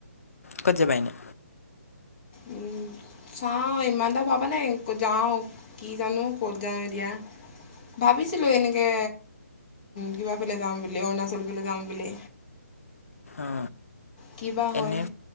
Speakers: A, on the left (about 60°); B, on the left (about 30°).
A: কত যাবা এনে।
B: উম। চাওঁ ইমান এটা ভাবা নাই ক'ত যাওঁ কি জানো ক'ত যাওঁ এতিয়া। ভাবিছিলোঁ এনেকৈ কিবা ফালে যাম বুলি, অৰুণাচল ফালে যাম বুলি।
A: অ
B: কি বা হয়
A: এনে,